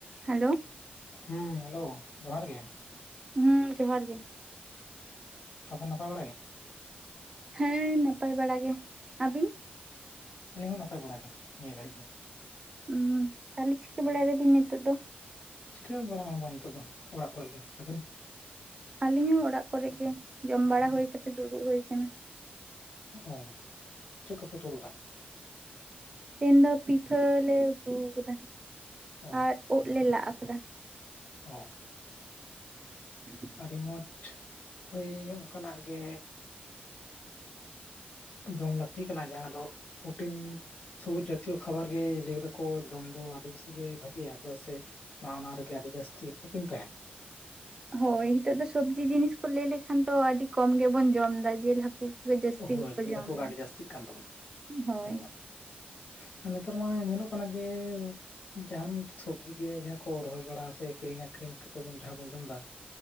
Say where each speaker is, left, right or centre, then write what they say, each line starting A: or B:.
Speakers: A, on the right; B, on the left.
A: Hello
B: ᱦᱮᱸ hello ᱡᱚᱦᱟᱨ ᱜᱮ᱾
A: ᱦᱩᱸ ᱡᱚᱦᱟᱨ ᱜᱮ᱾
B: ᱛᱟᱯᱚᱨ ᱱᱟᱯᱟᱭ ᱵᱟᱲᱟ ᱜᱮ᱾
A: ᱦᱮᱸ ᱱᱟᱯᱟᱭ ᱵᱟᱲᱟ ᱜᱮ ᱟᱹᱵᱤᱱ?
B: ᱟᱞᱤᱧ ᱦᱚᱸ ᱱᱟᱯᱟᱭ ᱵᱟᱲᱟ ᱜᱮ ᱱᱤᱭᱟᱹ ᱜᱷᱟᱹᱲᱤᱡ ᱫᱚ᱾
A: ᱩᱸ ᱛᱟᱦᱚᱞᱮ ᱪᱤᱠᱟᱹ ᱵᱟᱲᱟᱭ ᱫᱟᱵᱤᱱ ᱱᱤᱛᱚᱜ ᱫᱚ?
B: ᱪᱤᱠᱟᱹ ᱵᱟᱲᱟ ᱦᱚᱸ ᱵᱟᱝ ᱱᱤᱛᱚᱜ ᱫᱚ ᱚᱲᱟᱜ ᱠᱚᱨᱮ ᱜᱮ ᱾ ᱟᱹᱵᱮᱱ?
A: ᱟᱞᱤᱧ ᱦᱚᱸ ᱚᱲᱟᱜ ᱠᱚᱨᱮ ᱜᱮ, ᱡᱚᱢ ᱵᱟᱲᱟ ᱦᱳᱭ ᱠᱟᱛᱮᱜ ᱫᱩᱲᱩᱵ ᱦᱳᱭ ᱟᱠᱟᱱᱟ ᱾
B: ᱚ ᱪᱮᱫ ᱠᱚᱯᱮ ᱩᱛᱩ ᱞᱮᱫᱟ?
A: ᱛᱮᱦᱮᱱ ᱫᱚ ᱯᱤᱴᱷᱟᱹ ᱞᱮ ᱩᱛᱩ ᱠᱟᱫᱟ
B: ᱚ
A: ᱟᱨ ᱳᱫ ᱞᱮ ᱞᱟᱜ ᱟᱠᱟᱫᱟ ᱾
B: ᱚᱻ
A: <inaudible>
B: ᱟᱹᱰᱤ ᱢᱚᱡᱽ ᱦᱳᱭ ᱚᱱᱠᱟᱱᱟᱜ ᱜᱮ, ᱡᱚᱢ ᱞᱟᱹᱠᱛᱤ ᱠᱟᱱᱟ ᱡᱟᱦᱟᱸ ᱫᱚ ᱯᱚᱨᱴᱤᱱ ᱥᱚᱵᱩᱡ ᱡᱟᱛᱤᱭᱚ ᱠᱷᱟᱵᱟᱨ ᱜᱮ ᱞᱟᱹᱭ ᱠᱟᱫᱟ ᱠᱚ ᱡᱚᱢ ᱫᱚ ᱟᱹᱰᱤ ᱵᱮᱥᱤ ᱜᱮ ᱵᱷᱟᱜᱤᱭᱟ ᱾ ᱪᱮᱫᱟᱜ ᱥᱮ ᱚᱱᱟ ᱚᱱᱟ ᱨᱮᱜᱮ ᱟᱹᱰᱤ ᱡᱟᱹᱥᱛᱤ ᱯᱩᱴᱤᱱ ᱛᱟᱸᱦᱮᱱᱟ ᱾
A: ᱦᱳᱭ ᱦᱤᱸᱛᱚᱜ ᱫᱚ ᱥᱚᱵᱽᱡᱤ ᱡᱤᱱᱤᱥ ᱠᱚ ᱞᱟᱹᱭ ᱞᱮᱠᱷᱟᱱ ᱫᱚ ᱟᱹᱰᱤ ᱠᱚᱢ ᱜᱮᱵᱚᱱ ᱡᱚᱢ ᱮᱫᱟ᱾ ᱡᱮᱞ ᱦᱟᱹᱠᱩ ᱠᱚᱜᱮ ᱡᱟᱹᱥᱛᱤ
B: ᱦᱳᱭ
A: ᱜᱮᱠᱚ
B: ᱡᱤᱞ
A: ᱡᱚᱢ
B: ᱦᱟᱹᱠᱩ ᱜᱮ
A: ᱮᱫᱟ
B: ᱟᱹᱰᱤ ᱡᱟᱹᱥᱛᱤᱜ ᱠᱟᱱ ᱛᱟᱵᱚᱱᱟ
A: ᱦᱳᱭ
B: ᱦᱚᱲᱢᱚ ᱨᱮ ᱾ ᱟᱨ ᱱᱮᱛᱟᱨ ᱢᱟ ᱧᱮᱞᱚᱜ ᱠᱟᱱᱟ ᱡᱮ ᱡᱟᱸᱦᱟᱱ ᱥᱚᱵᱽᱡᱤ ᱜᱮ ᱡᱟᱦᱟᱸ ᱠᱚ ᱨᱚᱦᱚᱭ ᱵᱟᱲᱟ ᱥᱮ ᱠᱤᱨᱤᱧ ᱟᱠᱷᱨᱤᱧ ᱠᱟᱛᱮᱫ ᱵᱚᱱ ᱡᱟᱦᱟᱸ ᱵᱚᱱ ᱡᱚᱢ ᱫᱟ